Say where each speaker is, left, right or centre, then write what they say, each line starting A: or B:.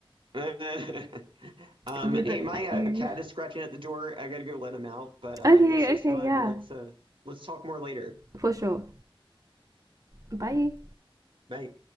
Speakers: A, on the right (about 65°); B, on the right (about 40°).
A: <laughs> Um,
B: You
A: hey,
B: look
A: my
B: like
A: uh,
B: you.
A: cat is scratching at the door. I gotta go let him out, but uh,
B: Okay,
A: this was
B: okay,
A: fun.
B: yeah,
A: Let's uh, let's talk more later.
B: for sure. Bye.
A: Bye.